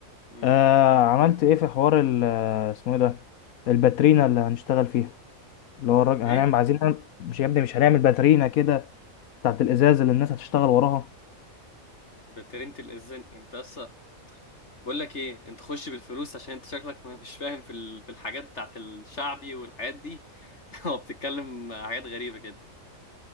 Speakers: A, on the left; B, on the left.
A: امم
B: آه عملت ايه في حوار ال اسمه ايه ده الباترينا اللي هنشتغل فيها اللي هو الراجل
A: ايه
B: هنعمل عايزين نعمل- مش يا ابني مش هنعمل باترينا كده بتاعت الازاز اللي الناس هتشتغل وراها
A: بترنت الاذن انت بس بقول لك ايه انت خش بالفلوس عشان انت شكلك ما مش فاهم في ال- في الحاجات بتاعت الشعبي والحاجات دي <laughs> هو بتتكلم حاجات غريبه كده